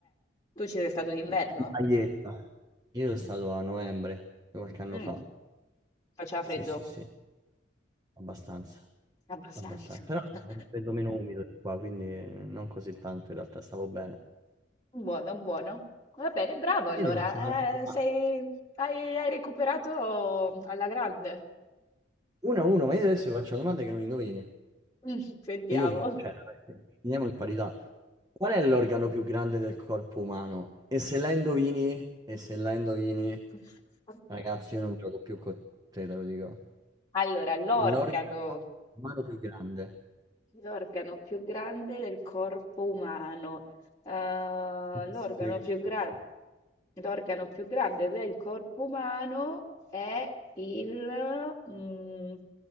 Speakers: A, on the left; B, on the right.
A: tu ci sei stato d'inverno?
B: Eh, in Maglietta. Io sono stato a novembre, qualche anno
A: Mm,
B: fa.
A: faceva freddo,
B: Sì, sì, sì, abbastanza.
A: abbastanza.
B: Abbastanza. Però è
A: <laughs>
B: un freddo meno umido di qua, quindi eh, non così tanto in realtà, stavo bene.
A: Buono, buono. Va bene, bravo allora.
B: Io ti faccio un'altra domanda.
A: Eh, sei- hai, hai recuperato alla grande.
B: Uno a uno, ma io adesso ti faccio una domanda che non indovini.
A: Mm, sentiamo.
B: E io vinco, cioè, eh, finiamo in parità. Qual è l'organo più grande del corpo umano? E se la indovini, e se la indovini,
A: <laughs>
B: ragazzi, io non gioco più con te, te lo dico.
A: Allora, l'organo,
B: L'organo umano più grande.
A: l'organo più grande del corpo umano, Eh, l'organo
B: Impossibile che
A: più
B: ce
A: gra-
B: lo dica.
A: l'organo più grande del corpo umano è il, mm,